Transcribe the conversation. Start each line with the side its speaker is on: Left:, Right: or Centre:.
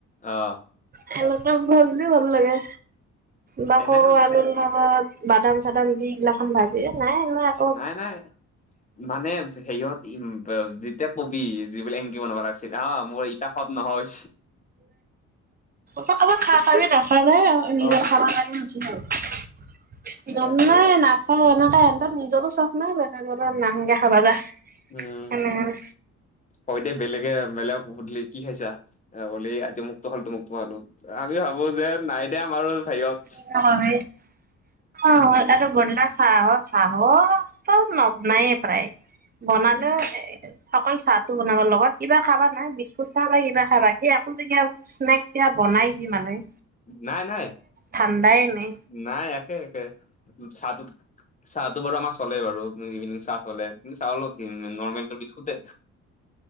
Left: অ
Right: খেল গল দি ভাল লাগে বা
Left: সেইদিনাখন
Right: সৰু আলুৰ লগা বাদাম চাদাম দিগিলা খখন ভাজি নাই ম
Left: নাই নাই মানে হেৰিয়ত যেতিয়া কবি যিবোলে এনেকি বনাব লাগিছে হ মোৰ ইটা খত নহয়
Right: কাৰোবাক খ কাৰ নখা নাই নিজৰ
Left: অ
Right: খা কাৰ নচ
Left: তাকে
Right: গম নাই নাচা এনোই এহৰ নিজৰো চখ নাই বেলেগ নানুকে খাবা যা
Left: উম
Right: এনেকে
Left: অ দে বেলেগে মেলেগ সুধলি কি খাইছা হলি আজি মুক্ত হ'ল তো মক্তমো আমি ভাবো যে নাই দিয়া আমাৰো। হেৰিয়ত
Right: <unintelligible> অ'ইয়াতো গধূলা চাহ চাহ তো নবনায়ে প্ৰায় বনালেও।
Left: উম
Right: অকল চাহটো বনাব লগত কিবা খাবা নাই বিস্কুট চাহ বা কিবা খাবা সেই একো যেগয়া। স্নেক্স দিয়া বনাই যি মানুহে।
Left: নাই, নাই।
Right: ঠাণ্ডাই নাই।
Left: নাই একে একে চাহটো চাহটো বাৰু আমাৰ চলে বাৰু ইভিনিং চাহ চলে। কিন্তু, চাহৰ লগত কি নৰ্মেলটো বিস্কুটে।